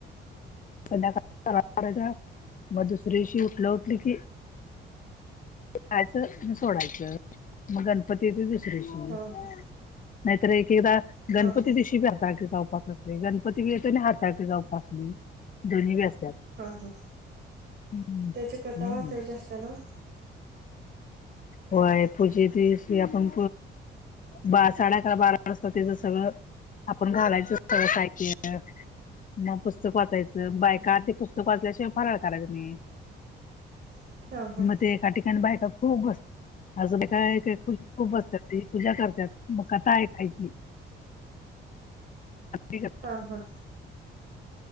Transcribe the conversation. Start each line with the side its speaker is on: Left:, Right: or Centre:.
Left: दुसऱ्या दिवशी उठले उठले की. खायचं सोडायचं मग गणपती येत दुसऱ्यादिवशी
Right: हा हा
Left: नाहीतर एक एकदा गणपती
Right: हा हा
Left: दिवशी बी हरतालिकेचा उपवास असतो. गणपती पण येते आणि हरतालिकेचा उपवास बी दोन्ही पण असत्यात.
Right: हा हा
Left: हम्म
Right: त्याची कथा वाचायची असत्या न्हव.
Left: होय पुजेची <inaudible> आपण ब साडेअकरा बारा वाजता त्याच सगळं आपण घालायचं सगळ साहित्य मग पुस्तक वाचायचं बायका ते पुस्तक वाचल्याशिवाय फराळ करायचा नाही.
Right: <unintelligible> हा
Left: मग ते एका ठिकाणी बायका खूप बस असं काय खु खूप बसतात तुझ्या सारख्याच पूजा करतात मग कथा ऐकायची. मग
Right: हा हा